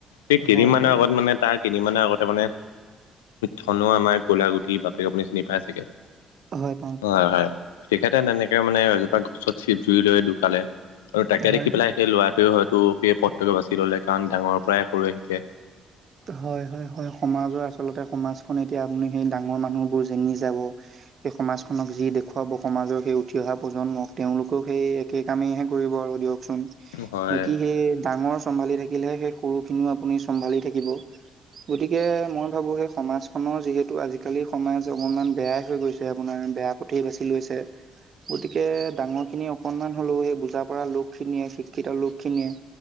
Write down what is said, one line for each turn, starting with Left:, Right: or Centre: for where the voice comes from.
Left: সেই কেইদমানৰ
Right: হয় হয়
Left: আগত মানে তাক। কেইদিনমানৰ আগতে মানে থল আমাৰ ক'লা গুটি বাপেক আপুনি চিনি পাই চাগে।
Right: <unintelligible>
Left: হয় হয় তেখেতে তেনেকে মানে এজোপা গছত চিপ জুৰি লৈ ঢুকালে। আৰু তাকে
Right: হয়
Left: দেখি
Right: হয়।
Left: পেলাই সেই ল'ৰাটোৱে হয়তো সেই পথটোকে বাছি ললে কাৰণ ডাঙৰ পৰাই সৰুয়ে শিকে।
Right: হয় হয় হয়, সমাজৰ আচলতে সমাজখন এতিয়া আপুনি সেই ডাঙৰ মানুহবোৰ যেনি যাব। সেই সমাজখনক যি দেখুৱাব সমাজৰ সেই উঠি অহা প্ৰজন্মক তেওঁলোকেও সেই কেক আমিহে কৰিব আৰু দিয়কচোন।
Left: হয়
Right: বাকি সেই ডাঙৰ চম্ভালি থাকিলেহে সেই সৰু খিনিও আপুনি চম্ভালি থাকিব। গতিকে মই ভাবো সেই সমাজখনৰ যিহেতু আজিকালি সমাজ অকনমান বেয়াই হৈ গৈছে আপোনাৰ বেয়াটো উঠি বাচি লৈছে। গতিকে ডাঙৰ খিনি অকনমান হ'লেও সেই বুজা পৰা লোক খিনিয়ে শিক্ষিত লোক খিনিয়ে